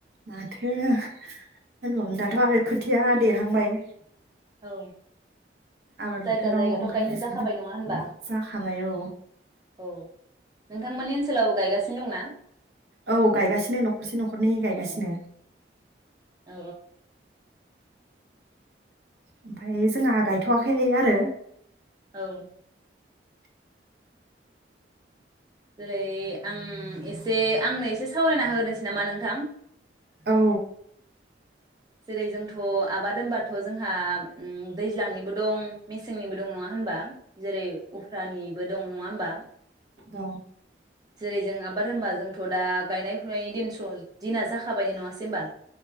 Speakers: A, on the right; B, on the right.
A: माथो होनबावनो दाथ आरो खोथिया देरहांबाय
B: औ
A: आबाद
B: जायगा
A: फोथाराव
B: जायगाथ
A: ओंखारनांसिगोन
B: गायनो जाखाबाय नङा होनबा
A: जाखाबाय औ
B: औ नोंथांमोननि ओनसोलावबो गायगासिनो दंना?
A: औ गायगासिनो नखरसे नखरनै गायगासिनो
B: औ औ
A: ओमफ्राय जोंहा गायथवाखै आरो
B: औ जेरै आं एसे आंनो एसे सावरायना होग्रोनोसै नामा नोंथां?
A: औ
B: जेरै जोंथ आबाद होनबाथ जोंहा दैज्लांनिबो दं मेसेंनि दं होनबा जेरै उफ्रानिबो दं नङा होमबा
A: द
B: जेरै जों आबाद होनबा जोंथ दा गायनाय फुनायनि दिनस दिना जाखाबायनो नङासै होमबा